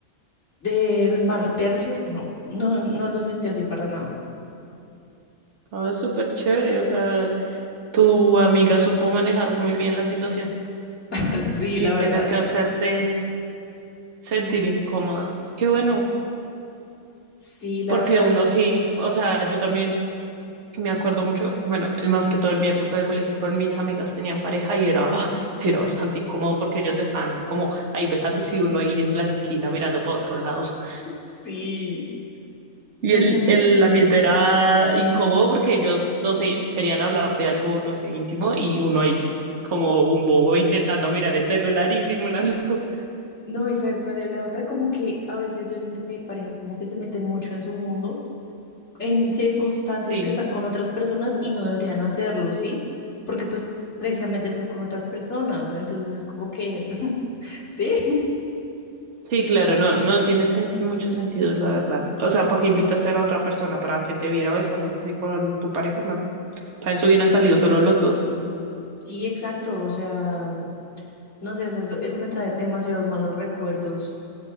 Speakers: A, on the left (about 50°); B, on the right (about 55°).
A: del mal tercio. No, no, no lo sentí así para nada.
B: Ah, súper chévere. O sea, tu amiga supo manejar muy bien la situación
A: <laughs> Sí,
B: sin
A: la verdad.
B: tener que hacerte sentir incómoda. Qué bueno,
A: Sí, la
B: porque
A: verdad,
B: uno sí, o sea, yo también. Me acuerdo mucho, bueno, más que todo en mi época de colegio con mis amigas tenían pareja y era, <laughs> sí, era bastante incómodo porque ellos están como ahí besándose y uno ahí en la esquina mirando para otro lado. <laughs>
A: sí.
B: Y
A: Ujú.
B: el, el ambiente era incómodo porque ellos, no sé, querían hablar de algo, no sé, íntimo y uno ahí como un bobo intentando mirar el celular y simulando. <laughs>
A: No, y sabes cuál es la otra, como que a veces yo siento que hay parejas como que se meten mucho en su mundo, en circunstancias
B: Sí,
A: que están con otras personas y no deberían hacerlo, ¿sí? Porque pues precisamente estás con otras personas, entonces es como que, <laughs> ¿sí?
B: sí, claro, no, no tiene sen- mucho sentido, la verdad. O sea, ¿para qué invitaste a la otra persona para que te viera besándote con tu pareja? No, para eso hubieran salido solo los dos.
A: Sí, exacto, o sea, no sé, o sea, eso eso me trae demasiados malos recuerdos.